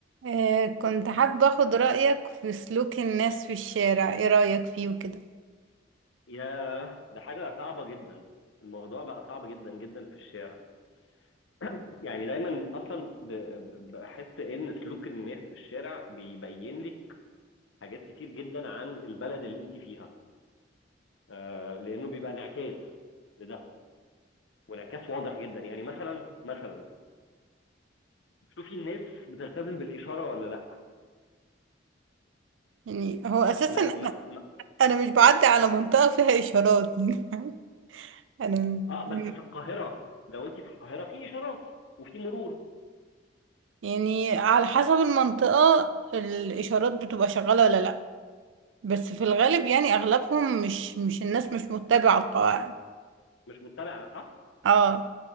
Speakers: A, on the right (about 85°); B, on the left (about 85°).
A: آه، كنت حابة اخد رأيك في سلوك الناس في الشارع ايه رأيك فيه وكده
B: ياه ده حاجة صعبة جدا الموضوع بقى صعب جدا جدا في الشارع <coughs> <clears throat> يعني دايما اصلا ب- ب- بحس ان سلوك الناس في الشارع بيبين لك حاجات كتير جدا عن البلد اللي انت فيها آه لانه بيبقى انعكاس لده وانعكاس واضح جدا يعني مثلا مثلا شوفي الناس بتلتزم بالاشاره ولا لا
A: يعني هو اساسا
B: ما
A: انا
B: ما ما
A: انا مش بعدي على منطقة فيها اشارات <laughs> يعني
B: اه بس
A: انا
B: في القاهره لو انت في القاهره في اشارات وفي مرور
A: يعني على حسب المنطقة الاشارات بتبقى شغالة ولا لا بس في الغالب يعني اغلبهم مش مش الناس مش متبعة القواعد
B: مش متبعه صح
A: اه